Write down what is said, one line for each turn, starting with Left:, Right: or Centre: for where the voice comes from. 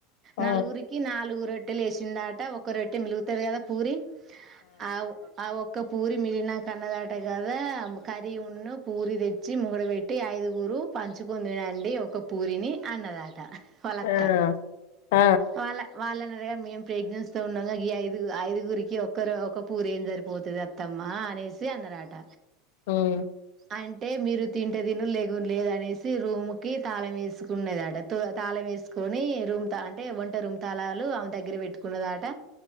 Left: ఆ!
Right: నలుగురికి నాలుగురు రొట్టెలు వేసిందట ఒక రొట్టె మిలుగుతంది కదా పూరి ఆ ఆ ఒ ఒకక్క పూరి మిగిలి కన్నదాట కద కరి ఉన్న పూరి తెచ్చి ముగడ పెట్టి ఐదు గురు పంచుకుని తినండి ఒక పూరిని అన్నదాది వాళ్ళ
Left: ఆ!
Right: అత్త
Left: ఆ!
Right: వాళ్ళ వాళ్ళ మేము ప్రెగ్నెన్స్ త ఉన్నాం ఈ ఐదు ఐదుగురికి ఒక్కరు ఒక పూరీ ఏం సరిపోతుంది అత్తమ్మ అనేసి అన్నరాట
Left: హ్మ్.
Right: అంటే అంటే మీరు తింటే తిను లేగు లేదనేసి రూమ్ కి తాళం వేసుకునేదట త తాళం వేసుకు ని రూమ్ త అంటే వంట రూమ్ తళాలు ఆమె దగ్గర పెట్టుకున్నదట